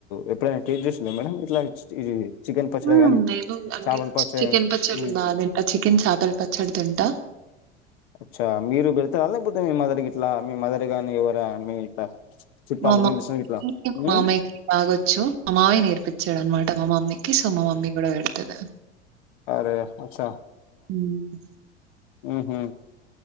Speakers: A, on the left; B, on the right.
A: ఎప్పుడైనా టేస్ట్ చేసిండ్ల మేడం ఇట్లా ఇది చికెన్ పచ్చడి
B: మ్
A: గాని
B: నేను అంటే
A: చాపల పచ్చడి
B: చికెన్
A: గాని
B: పచ్చడ్లు
A: మ్మ్
B: బా తింటా చికెన్ చాపల పచ్చడ తింట
A: అచ్చా మీరు పెడతార లేకపోతే మీ మదర్ గిట్లా మీ మదర్ గాని ఎవరా మీ ఇట్లా చుట్టాలు
B: మా మమ్మీకి
A: తెలిసిన గిట్లా
B: మా
A: మ్మ్
B: మామయ్యకి బాగొచ్చు మా మావయ్య నేర్పించాడు అనమాట మా మమ్మి సో మమ్మి కూడా పెడతది
A: అరే అచ్చ
B: ఉమ్
A: ఉహ్